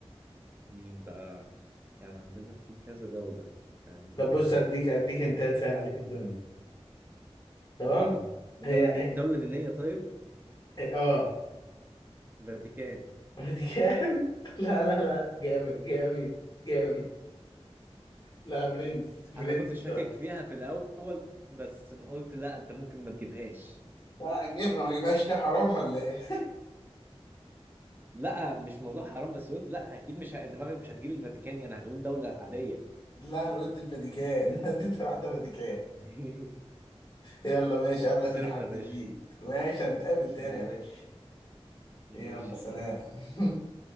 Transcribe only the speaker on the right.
مين بقى يعني عندنا في كذا دولة تمام
مفيهاش-
آه، دولة
دي-
دولة دينية طيب
فاتيكان
انا كنت شاكك
فيها في الاول بس قلت لا انت ممكن ما تجيبهاش
لا مش موضوع حرام بس قلت لا اكيد مش ه- دماغي مش هتجيب الفاتيكان يعني هتقول دولة عادية
<laughs>
خسرت
يا باشا
ماشي
ماشي